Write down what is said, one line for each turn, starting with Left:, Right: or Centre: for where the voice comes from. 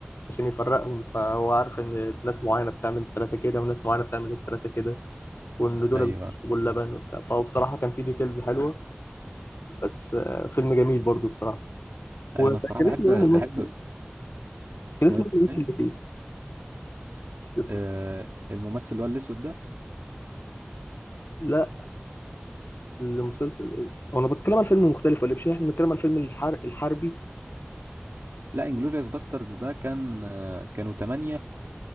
Left: عشان يفرقهم فهو عارف إن ناس معينة بتعمل الثلاثة كده وناس معينة بتعمل الثلاثة كده وإن دول
Right: ايوه
Left: بيشربوا اللبن وبتاع فهو بصراحة كان فيه ديتيلز حلوة بس آه، فيلم جميل برضه بصراحة وكان
Right: أيوة، انا الصراحة بحب
Left: اسمه إيه الممثل؟
Right: بحب اسمه
Left: كان اسمه إيه الممثل
Right: ايه
Left: اللي فيه؟ نسيت اسمه
Right: آه الممثل اللي هو الاسود ده
Left: لا المسلسل هو أنا بتكلم عن فيلم مختلف ولا مش إحنا بنتكلم عن فيلم الحر... الحربي
Right: لا انجلوريوس باستردز ده كان آه كانوا تمانية